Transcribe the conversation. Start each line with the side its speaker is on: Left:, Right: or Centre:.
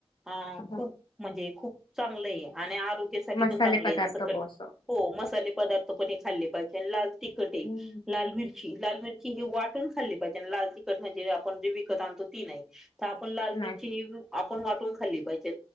Centre: अ खूप
Left: हो
Centre: म्हणजे खूप चांगलं आहे, आणि आरोग्यासाठी पण
Left: मसाले
Centre: चांगलं
Left: पदार्थ
Centre: आहे जसं क
Left: बो असं
Centre: हो मसाले पदार्थ पण हे खाल्ले पाहिजे, लाल तिखट आहे
Left: हं.
Centre: लाल मिर्ची लाल मिर ही वाटून खाल्ली पाहिजे, लाल तिखट म्हणजे आपण जे विकत आणतो ती नाही तर, आपण लाल
Left: नाही
Centre: मिरची आपण वाटून खाल्ली पाहिजे.